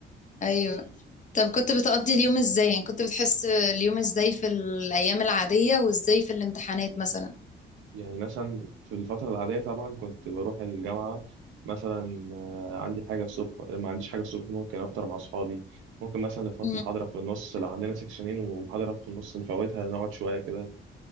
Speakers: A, on the left; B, on the right.
A: أيوه طب كنت بتقضي اليوم ازاي يعني كنت بتحس اليوم ازاي في الايام العادية وازاي في الامتحانات مثلا
B: يعني مثلا في الفتره العاديه طبعا كنت بروح الجامعه مثلا آه، عندي حاجه الصبح ما عنديش حاجه الصبح ممكن افطر مع اصحابي ممكن مثلا نفوت
A: امم
B: محاضره في النص لو عندنا سكشنين ومحاضره في النص نفوتها نقعد شويه كده